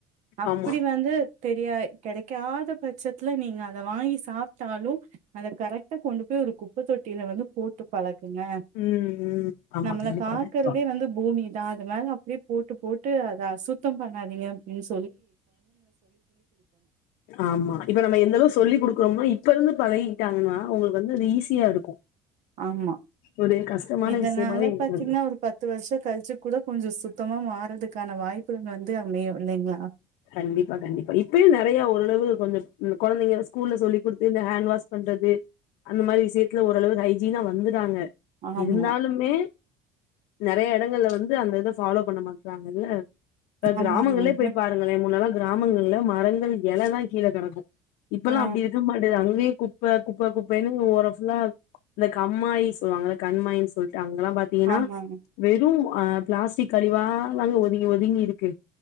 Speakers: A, on the right (about 65°); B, on the left (about 75°).
A: அப்டி
B: ஆமா
A: வந்து தெரியா கெடைக்காத பட்சத்துல நீங்க அத வாங்கி சாப்ட்டாலும் அத கரெக்டா கொண்டு போ ய் ஒரு குப்ப தொட்டில வந்து போட்டு பழக்குங்க
B: ம் ம் ஆமா
A: நம்மள
B: கண்டிப்பா
A: காக்குறதே
B: கண்டிப்பா
A: வந்து பூமிதான் அது மேல அப்டியே போட் போட்டு போட்டு அத அசுத்தம் பண்ணாதீங்க அப்டின்னு
B: ஆமா இப்ப நம்ம எந்த அளவு சொல்லி குடுக்கறோம்னா இப்ப இப்ப இருந்து பழகிக்கிட்டாங்கன்னா அவங்களுக்கு வந்து அது ஈஸியா இருக்கு
A: ஆமா
B: ஒரு கஷ்டமான
A: இத்தனால
B: விஷயமாவே இருக்காது
A: பாத்தீங்கன்னா ஒரு பத்து வருஷ கழிச்சு கூட கொஞ்சோ சுத்தமா மா றதுக்கான வாய்ப்புகள் வந்து அமையு இல்லைங்களா
B: கண்டிப்பா கண்டிப்பா இப்பய நிறைய ஓரளவு கொஞ்சம் குழந்தைங்க ஸ்கூல்ல சொல்லி கொடுத்து இந்த ஹேண்ட் வாஷ் பண் றது அந்த மாதிரி விஷயத்துல ஓரளவுக்கு ஹைஜீனா வந்துர்ராங்க
A: ஆமா
B: இருந்தாலுமே நிறைய எ டங்கல வந்து அந்த ஃபாலோ பண்ண மாட்டறாங்கல்ல கிராமங்களே
A: ஆமாங்க உண்மதா
B: போய் பா முன்னாள கிராமங்கள்ல மரங்கள் எலைதா கீழ கெடக்கும் இப்பல்லாம்
A: ஆ
B: அப்டி இருக்க மாட்டது அங்கேயே குப்ப குப்ப குப்பைன்னு ஓரஃபுல்லா கம்மாயி சொல்லுவாங்க கண்மாயின்னு சொல்லி ட்டு அங்கெல்லா பாத்தீங்கன்னா
A: ஆமாங்க
B: வெறும் அ பிளாஸ்டிக் கழிவால அங்க ஒதுங்கி ஒதுங்கி இருக்கு